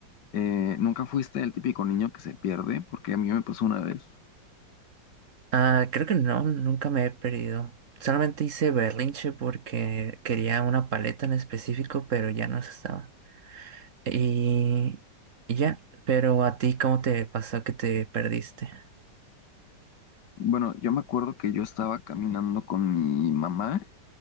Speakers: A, on the left; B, on the right.
A: Eh, ¿nunca fuiste el típico niño que se pierde? Porque a mí me pasó una vez.
B: Ah, creo que no, nunca me he perdido. Solamente hice berrinche porque quería una paleta en específico, pero ya no se estaba. Y, y ya, pero a ti, ¿cómo te pasó que te perdiste?
A: Bueno, yo me acuerdo que yo estaba caminando con mi mamá